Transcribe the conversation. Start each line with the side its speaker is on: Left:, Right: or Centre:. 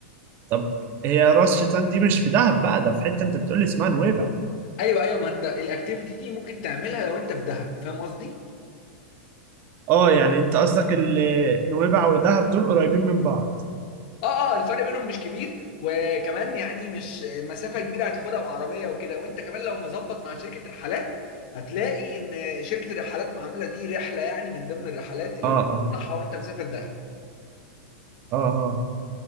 Right: طب هي راس شيطان دي مش في دهب بقى ده في حتة انت بتقولي اسمها نويبع
Left: ايوه ايوه ما انت الاكتيفيتي دي ممكن تعملها لو انت في دهب فاهم قصدي
Right: اه يعني انت قصدك ال- نويبع ودهب دول قريبين من بعض
Left: اه اه الفرق بينهم مش كبير وكمان يعني مش مسافه كبيره هتاخدها بعربيه وكده وانت كمان لو مظبط مع شركه رحلات هتلاقي ان شركه الرحلات عامله دي رحله يعني من ضمن الرحلات اللي
Right: اه
Left: ممكن
Right: اه
Left: تطلعها وانت مسافر دهب
Right: اه اه